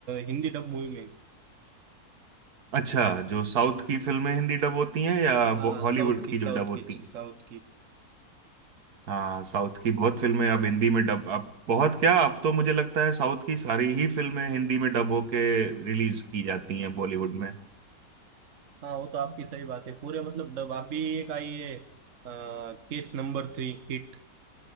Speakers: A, on the right (about 55°); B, on the right (about 75°).
A: हिंदी डब मूवी में
B: अच्छा जो साउथ की फिल्में हिंदी डब होती हैं या
A: हाँ
B: बो- हॉलीवुड
A: साउथ की
B: की
A: साउथ
B: जो डब होती
A: की साउथ
B: हैं
A: की
B: हाँ साउथ की बहुत फिल्में अब हिंदी में डब अब बहुत क्या अब तो मुझे लगता है साउथ की सारी ही फिल्में हिंदी में डब होके रिलीज की जाती हैं बॉलीवुड में
A: हाँ वो तो आपकी सही बात है पूरे मतलब डब आप भी एक आई है case number three hit